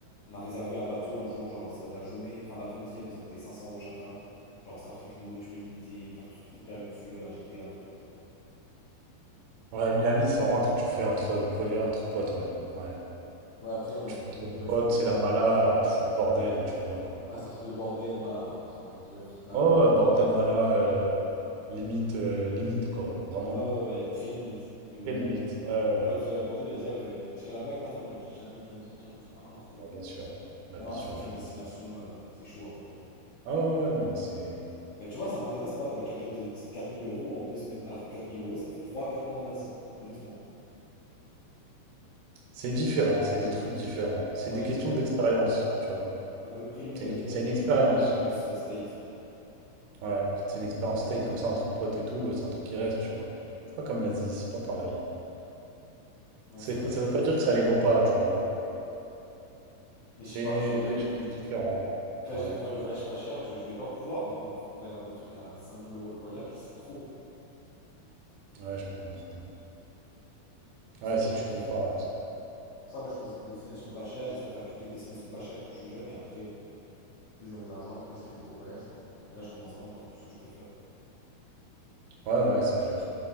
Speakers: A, on the left; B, on the right.
A: on a réservé un bateau un jour, genre ça, de la journée, enfin de l'après-midi, elle nous a coûté 500 euros chacun. Genre, c'est un truc avec une nourriture illimitée, bref, truc hyper luxueux à la GTA et tout, genre.
B: Ouais, Miami, c'est vraiment un truc que tu fais entre collègues, entre potes, ouais. Ouais.
A: Ouais, après, on a
B: Tu
A: demandé,
B: fais entre
A: ouais,
B: potes,
A: c'était comment
B: c'est la mala,
A: et tout. et-
B: euh, tu fous le bordel et tu reviens, quoi.
A: Ouais, c'est un truc de bordel, Mala, par contre. hein. Il a dit, ouais, Fitna
B: Oh,
A: Land
B: Ouais, ouais,
A: et
B: bordel,
A: tout.
B: mala, euh, limite, euh, limite, quoi. Vraiment
A: Ouais, ouais, ouais, elle est très limite. Et mon,
B: très limite. Ouais, ouais,
A: mon pote,
B: ouais.
A: il lui a demandé, il a dit, ah ben, tirer la bague, ta femme, il a dit, jamais de la vie entière, je mettrai pas un orteil.
B: Bah, bien sûr. Bah,
A: Non,
B: bien
A: non, Askip,
B: sûr,
A: c'est
B: jamais.
A: une destination, euh, c'est chaud un peu. hein.
B: Ah ouais, ouais, non, mais c'est...
A: Mais tu vois, ça m'intéresse pas d'aller claquer de 4000 euros en deux semaines, alors que 4000 euros, ça te fait trois quatre mois en Asie, honnêtement.
B: C'est différent, c'est des trucs différents. C'est
A: Ouais.
B: des questions d'expérience, tu vois.
A: Ah bah oui, après lui, il
B: C'est
A: a
B: une,
A: dit, ouais,
B: c'est
A: je
B: une
A: voulais
B: expérience.
A: vraiment l'expérience euh, state, quoi.
B: Ouais, c'est une expérience state comme ça entre potes et tout, euh, c'est un truc qui reste, tu vois. C'est pas comme l'Asie, c'est pas pareil.
A: Ouais,
B: C'est
A: ça reste
B: pas- ça
A: différent.
B: veut pas dire que ça les vaut pas, tu vois.
A: Mais
B: C'est
A: je sais pas, je- j'arrive
B: des choses
A: plus.
B: différentes.
A: Donc là,
B: Ouais,
A: j'ai découvert le voyage pas cher, je, je vais pas pouvoir, hein, faire des trucs à 5000 euros le voyage, c'est trop.
B: ouais, je peux comprendre.
A: C'est pour
B: Ouais,
A: ça que
B: si
A: là, je
B: tu
A: choisis.
B: compares. à tout.
A: Pour ça, là, je choisis des destinations pas chères. J'essaie de faire toutes les destinations pas chères tant que je suis jeune. Et après, euh, plus j'aurai de l'argent et plus je ferai des gros voyages, quoi. Mais là, je commence vraiment par tout ce que je peux faire.
B: Ouais, ouais, c'est clair.